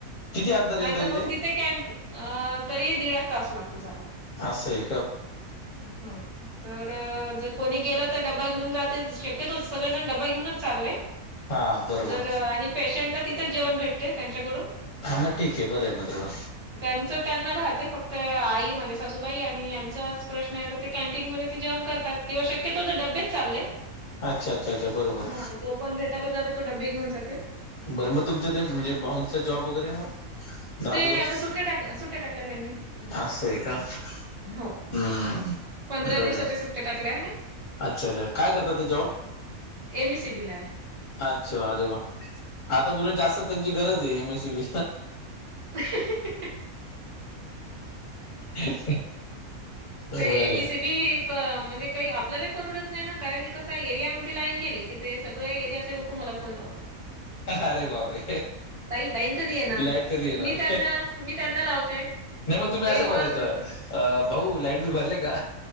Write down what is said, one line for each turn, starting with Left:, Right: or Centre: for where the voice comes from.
Left: किती अंतर येईल
Right: नाहीत
Left: तरी ते
Right: मग तिथे कॅनटी अ तरी दीडाएक तास लागतो जायला.
Left: असं हाय.
Right: हो तर जर, कोणी गेलं तर डबा घेऊन जातो शक्यतो सगळेजन डबबा घेऊनच चालले.
Left: हा बरोबर
Right: जर आणि पेशंटला तिथंच जेवण भेटते त्यांच्याकडून,
Left: हा मग ठीक आहे बरं आहे मग तेवढं.
Right: त्यांच त्यांना राहते फक्त आई म्हणजे सासूबाई आणि, च प्रश्न आहे तर ते कॅनटीनमध्ये ते जेवण करतात किंवा शक्यतो डबेच चालले.
Left: अच्छा अच्छा अच्छा बरोबर
Right: हा जो पण भेटायला जाते तो डबे घेऊन जाते.
Left: बरं मग तुमचं ते म्हणजे भाऊंचा जॉब वगैरे मग? दहा
Right: ते
Left: दिवस
Right: आता सुट्ट्या टाकल्या सुट्ट्या टाकल्या त्यांनी,
Left: असं आहे का
Right: हो,
Left: हम्म
Right: पंधरा
Left: बरं
Right: दिवसाच्या
Left: आहे.
Right: सुट्ट्या टाकल्या आहे.
Left: अच्छा अच्छा काय करतात ते जॉब
Right: एमी सी बी ला आहे.
Left: अच्छा अरे वा आता उलट जास्त त्यांची गरज आहे एम एसी बी.
Right: तशी.
Left: <unintelligible> बरे
Right: ते एम एस <inaudible> ती एक म्हणजे काही आपल्यालाही परवडतचं नाही ना कारण की कस एरियामध्ये लाईन गेली. की ते सगळे एरियातले लोक मला फोन लावतात.
Left: अरे बापरे
Right: ताई लाईन कधी येणार
Left: लाईट कधी येणार?
Right: मी त्यांना मी त्यांना लावते
Left: नाही मग तुम्ही
Right: ते
Left: असं
Right: मग
Left: बोलायचं अ भाऊ लाईट बील भरलय का.